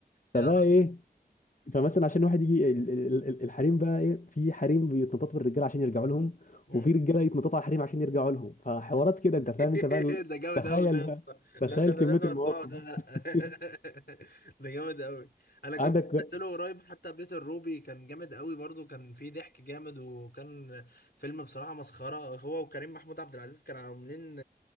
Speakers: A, on the left; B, on the left.
A: يا
B: فبقى
A: نهار
B: ايه فمثلا عشان واحد يجي ال- ال- ال- الحريم بقى ايه في حريم بيتنططوا بالرجاله عشان يرجعوا لهم
A: ابيض
B: وفي رجاله يتنططوا على الحريم عشان يرجعوا لهم فحوارات
A: <laughs>
B: كده انت فاهم انت بقى ال-
A: ده جامد
B: تخيل
A: قوي ده يا
B: بقى
A: اسطى
B: تخيل
A: لا ده انا
B: كميه
A: لازم
B: المواقف
A: اسمعه ده لا
B: <laughs>
A: <laughs> ده جامد قوي انا كنت
B: عندك
A: سمعت له قريب حتى بيت الروبي كان جامد قوي برضو كان فيه ضحك جامد وكان فيلم بصراحة مسخرة هو وكريم محمود عبد العزيز كانوا عاملين